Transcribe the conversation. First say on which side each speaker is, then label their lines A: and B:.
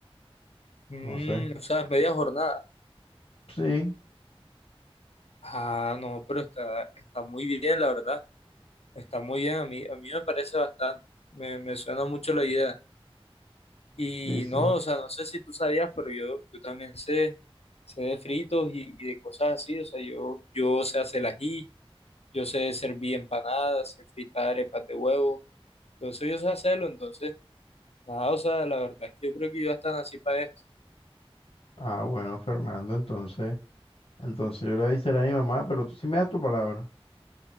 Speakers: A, on the left; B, on the left.
A: Mm,
B: No sé.
A: o sea, es media jornada.
B: Sí,
A: Ah, no, pero está, está muy bien, la verdad. Está muy bien, a mí, a mí me parece bastante. Me, me suena mucho la idea. Y
B: sí, sí.
A: no, o sea, no sé si tú sabías, pero yo, yo también sé, sé de fritos y, y de cosas así. O sea, yo, yo sé hacer el ají, yo sé servir empanadas, sé fritar arepas de huevo. Todo eso yo sé hacerlo. Entonces, nada, o sea, la verdad es que yo creo que yo están así para esto.
B: Ah, bueno, Fernando, entonces, entonces yo le voy a decir a mi mamá, pero tú sí me das tu palabra.